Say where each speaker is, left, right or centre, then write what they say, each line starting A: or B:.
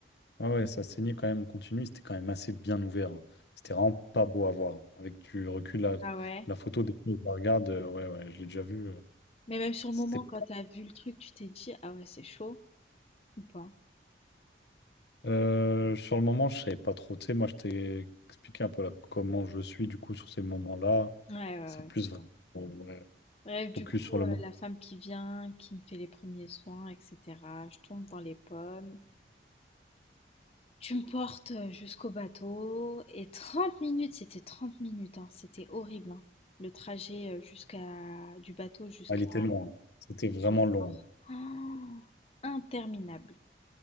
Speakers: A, on the left; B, on the left.
A: Ouais, ouais, ça saignait quand même en continu. C'était quand même assez bien ouvert. hein. C'était vraiment pas beau à voir. Avec du recul, la,
B: ah ouais.
A: la photo, des fois, je la regarde. euh, ouais, ouais, je l'ai déjà vu. euh,
B: Mais même sur
A: C'était
B: le moment, quand t'as vu le truc, tu t'es dit, ah ouais, c'est chaud ou pas?
A: Euh, sur le moment, je savais pas trop. Tu sais, moi, je t'ai expliqué un peu là, comment je suis, du coup, sur ces moments-là.
B: Ouais, ouais,
A: C'est
B: ouais,
A: plus
B: c'est
A: vraiment
B: bon.
A: ouais,
B: Bref, du
A: focus
B: coup,
A: sur le
B: euh,
A: moment.
B: la femme qui vient, qui me fait les premiers soins, etc. Je tombe dans les pommes. Tu me portes jusqu'au bateau et 30 minutes, c'était 30 minutes, hein, c'était horrible, hein, le trajet euh, jusqu'à du bateau jusqu'à
A: Ah, il était long. hein. C'était vraiment
B: l'aéroport.
A: long. hein.
B: Ah, interminable.